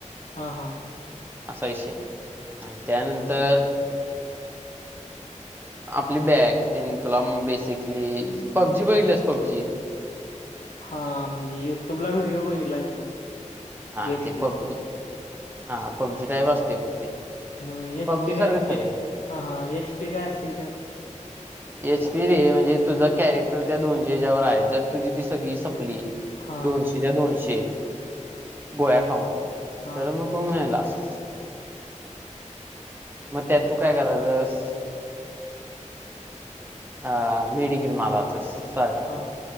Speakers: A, on the left (about 75°); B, on the right (about 15°).
A: हा हा.
B: असा विषय हाय आणि त्यानंतर. आपली बॅग तनी तुला बेसिकली पबजी वळलीस पबजी.
A: हा म्हणजे युट्युब ला व्हिडिओ बघितला आहे सोड.
B: हा
A: गेम
B: ते
A: प्लेचा
B: पबजी हा पबजी टाईप असते बघ ते.
A: मग एच
B: पबजी
A: पी
B: सारखं
A: काय
B: सगळं
A: हा हा एच पी काय असते त्यात.
B: एच पी रे म्हणजे तुझा कॅरेक्टर त्या दोनशेच्या वर हाय जर तुझी ती सगळी सपली
A: हा
B: दोनशेच्या दोनशे गोळ्या खाऊन
A: हा
B: तर मग. तू मेलास. मग त्यात तू काय करायचंस? अ मिडीकिट मारायचस सारख
A: हा.